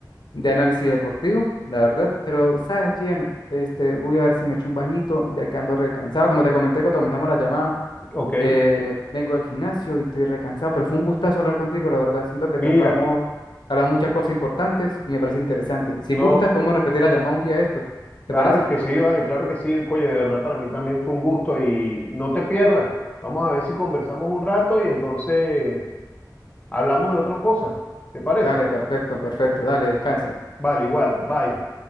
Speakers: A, on the left (about 85°); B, on the left (about 20°).
A: de análisis deportivo, la verdad, pero, ¿sabes, Gian? Este, voy a ver si me echo un bañito, ya que ando recansado, como te comenté cuando comenzamos la llamada,
B: Ok,
A: Eh, vengo del gimnasio y estoy recansado, pero fue un gustazo hablar contigo, la verdad. Siento que
B: mira,
A: tocamos, hablamos muchas cosas importantes y me parece interesante. Si
B: no,
A: gustas, podemos repetir la llamada un día de estos. ¿Te
B: Claro
A: parece?
B: que sí, vale, claro que sí. Oye, de verdad, para mí también fue un gusto y no te pierdas. Vamos a ver si conversamos un rato y entonces hablamos de otras cosas. ¿Te parece?
A: Dale, perfecto, perfecto. Dale, descansas.
B: Vale, igual. Bye.